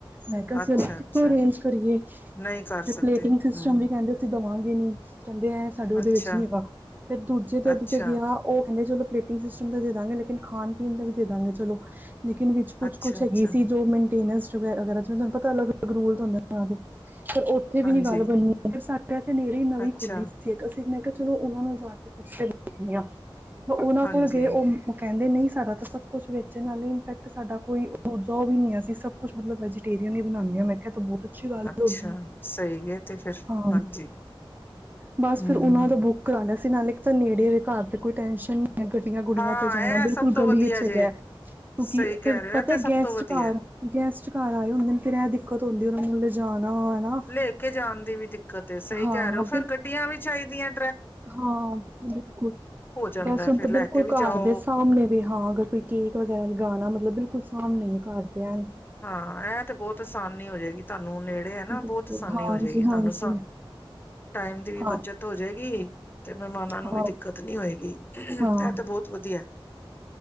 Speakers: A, on the right; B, on the left.
A: ਮੈਂ ਕਿਆ ਅਸੀਂ
B: ਅੱਛਾ ਅੱਛਾ
A: ਕਿਥੋ ਅਰੇਂਜ ਕਰੀਏ,
B: ਨਹੀਂ ਕਰ
A: ਫੇਰ
B: ਸਕਦੇ
A: ਪਲੇਟਿੰਗ ਸਿਸਟਮ
B: ਹਮ
A: ਵੀ ਕੇਂਦੇ ਅਸੀਂ ਦੇਵਾਂਗੇ ਨੀ। ਕੈੰਂਦੇ ਐ ਸਾਡੇ ਓਦੇ
B: ਅੱਛਾ
A: ਵਿੱਚ ਨੀ ਹੈਗਾ। ਫੇਰ ਦੂਜੇ ਤੇ
B: ਅੱਛਾ
A: ਓਦੇ ਤੇ ਗਿਆ ਓ ਕੈਂਦੇ ਚਲੋ ਪਲੇਟਿੰਗ ਸਿਸਟਮ ਦਾ ਦੇ ਦਾਂਗੇ, ਲੇਕਿਨ ਖਾਣ-ਪੀਣ ਦਾ ਵੀ ਦੇ ਦਾਂਗੇ ਚਲੋ ਲੇਕਿਨ ਵਿੱਚ ਕੁਛ-ਕੁਛ
B: ਅੱਛਾ
A: ਹੈਗੀ
B: ਅੱਛਾ
A: ਸੀ ਜੋ ਮੇਨਟੇਨੈਂਸ ਵਗੈਰਾ-ਵਗੈਰਾ ਚ' ਤੁਹਾਨੂੰ ਪਤਾ ਅਲੱਗ-ਅਲਗ ਰੂਲਜ ਹੁੰਦੇ ਨੇ, ਓਨਾਂ ਦੇ ਪਰ ਉੱਥੇ ਵੀ
B: ਹਾਂਜੀ
A: ਨੀ ਗੱਲ ਬਣੀ ਨੀ ਸਾਡੇ ਏਥੇ ਨੇੜੇ ਨਵੀਂ
B: ਅੱਛਾ
A: ਖੁੱਲੀ ਸੀ ਇੱਕ ਅਸੀਂ ਮੈ ਕਿਹਾ ਚਲੋ ਓ ਨੂੰ ਜਾ ਕੇ ਪੁੱਛ ਓਨਾਂ
B: ਹਾਂਜੀ
A: ਕੋਲ ਗਏ ਓ ਕੈਂਦੇ ਨਈਂ, ਸਾਡਾ ਤਾਂ ਸਭ ਕੁਛ ਵੇਚਣ ਨਾਲੇ ਇਪੈਕਟ ਤੇ ਸਾਡਾ ਕੋਈ ਜਾ ਓ ਵੀ ਨੀ ਅਸੀਂ ਸਭ ਕੁਛ, ਮਤਲਬ ਵੈਜੀਟੇਰੀਅਨ ਹੀ ਬਣਾਉਂਦੇ ਆ, ਮੈਂ ਕਿਆ ਏ ਤਾਂ ਬੋਤ ਅੱਛੀ ਗੱਲ
B: ਅੱਛਾ
A: ਹੈਗੀ
B: ਸਹੀ ਹੈ ਤੇ ਫਿਰ
A: ਆ।
B: ਹਾਂਜੀ
A: ਬਸ
B: ਹਮ
A: ਫਿਰ ਨਾਂ ਦਾ ਬੁੱਕ ਕਰਾ ਲਿਆ ਸੀ ਨਾਲੇ, ਇੱਕ ਤਾਂ ਨੇੜੇ ਵੇ ਘਰ ਤੇ ਕੋਈ ਟੈਨਸ਼ਨ ਨੀ। ਗੱਡੀਆਂ-ਗੁੱਡੀਆਂ
B: ਹਾਂ
A: ਤੇ ਜਾਣਾ
B: ਇਹ
A: ਬਿਲਕੁਲ
B: ਸਭ ਤੋਂ
A: ਗਲੀ
B: ਵਧੀਆ
A: ਚ' ਹੈਗਾ।
B: ਜੇ
A: ਕਿਓਕੇ
B: ਸਹੀ ਕਹਿ
A: ਫੇਰ
B: ਰਹੇ
A: ਪਤਾ
B: ਹੋ ਇਹ ਤੇ
A: ਹੈ
B: ਸਭ
A: ਗੈਸਟ
B: ਤੋਂ ਵਧੀਆ
A: ਘਰ ਗੈਸਟ ਘਰ ਆਏ ਹੁੰਦੇ ਨੇ ਫੇਰ ਐ ਦਿੱਕਤ ਹੁੰਦੀ ਉਨ੍ਹਾ ਨੂੰ ਲਿ਼ਜਾਣਾ ਹਨਾ।
B: ਲੈ ਕੇ ਜਾਣ ਦੀ ਵੀ ਦਿੱਕਤ ਏ ਸਹੀ
A: ਹਾਂ
B: ਕੈ ਰਹੇ ਓ, ਫੇਰ
A: ਬਿਲ
B: ਗੱਡੀਆਂ ਵੀ ਚਾਈਦੀਆਂ।
A: ਹਾਂ, ਬਿਲਕੁਲ,
B: ਹੋ ਜਾਂਦਾ
A: ਵੈਸੇ
B: ਫਿਰ
A: ਹੁਣ ਤਾਂ
B: ਲੈ
A: ਬਿਲਕੁਲ
B: ਕੇ ਵੀ
A: ਘਰ
B: ਜਾਓ
A: ਦੇ ਸਾਮਣੇ। ਵੀ ਹਾਂ, ਅਗਰ ਕੋਈ ਕੇਕ ਵਗੈਰਾ ਲਗਾਣਾ ਮਤਲਬ ਬਿਲਕੁਲ ਸਾਮਣੇ ਈ ਏ ਘਰਦੇ ਐ
B: ਹਾਂ, ਐ ਤੇ ਬੋਤ ਆਸਾਨੀ ਹੋ ਜੇਗੀ ਤੁਆਨੂੰ ਨੇੜੇ ਐ ਨਾ,
A: ਬਿਲਕੁਲ
B: ਬੋਤ ਆਸਾਨੀ
A: ਹਾਂਜੀ
B: ਹੋ ਜੇਗੀ
A: ਹਾਂਜੀ
B: ਤੁਆਨੂੰ ਟਾਈਮ ਦੀ ਵੀ ਬੱਚਤ।
A: ਹਾਂ
B: ਬੱਚਤ ਹੋ ਜਾਏਗੀ, ਤੇ ਮਹਿਮਾਨਾਂ ਨੂੰ
A: ਹਾਂ
B: ਵੀ ਦਿੱਕਤ ਨੀ ਹੋਏਗੀ,
A: ਹਾਂ
B: ਐ ਤੇ ਬੋਤ ਵਧੀਆ।